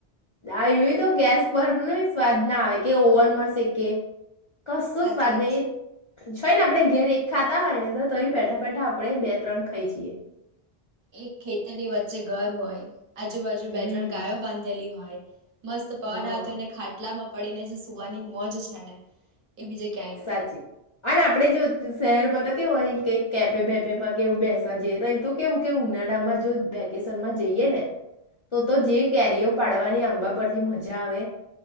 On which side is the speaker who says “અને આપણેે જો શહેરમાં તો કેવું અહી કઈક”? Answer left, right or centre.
Left